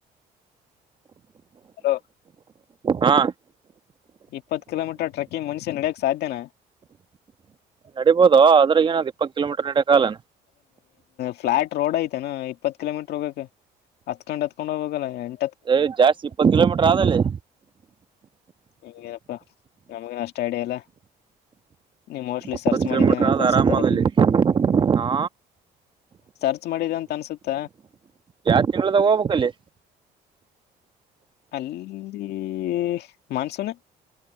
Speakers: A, on the left (about 75°); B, on the right (about 30°).
A: ಹ
B: ಹಾ
A: ಇಪ್ಪತ್ತು ಕಿಲೋ ಮೀಟರ್ ಟ್ರೆಕ್ಕಿಂಗ್ ಮುನುಷ್ಯ ನಡಕ್ ಸಾಧ್ಯನಾ
B: ನಡಬಹದು ಆದದ್ರೆ ಏನಾದ ಪ್ಪ ಕಿಲೋಮೀಟರ್ ಎಟಕಾಲ
A: ಫ್ಲಾ ರೋಡ್ ಐತೆನಾ ಇಪ್ಪತ್ ಕಿಲೋಮೀಟರ್ ಹೋಗೋಕ್ಕೆ ಹತ್ಕೊಂಡ್ ಹತ್ಕೊಂಡ್ ಹೋಗಲ್ಲ ಎಂ
B: ಏ್ ಜಾಸ್ತಿ ಇಪ್ಪತ್ತು ಕಿಲೋಮೀಟರ್ ಆದಲ್ಲಿ
A: ಹಂಗೇನಪ್ಪಾ ನಮಗ ಅಷ್ಟ ಐಡಿಯ ಇಲ್ಲ ನೀ ಮೋಸ್ಟ್
B: ಇಪ್ಪತ್
A: ಸರ್ಚ್
B: ಕಿಲೋಮೀಟರ್
A: ಮಾಡಿದ್ದೇನೆ ಅಂತ
B: ಆದ
A: ಅನ್ಸುತ್ತ
B: ಆರಾಮ
A: ಅದ್ರಗೆ
B: ಆದಲ್ಲಿ ಹಾ
A: ಸರ್ಚ್ ಮಾಡಿದಂತ ಅನ್ಸುತ್ತ
B: ಜಾತ್ರಿಗಳದ ಹೋಗ್ಬೇಕಕ್ಲ್ಲೇ
A: ಅಲ್ಲಿ ಮಾನ್ಸೂನ್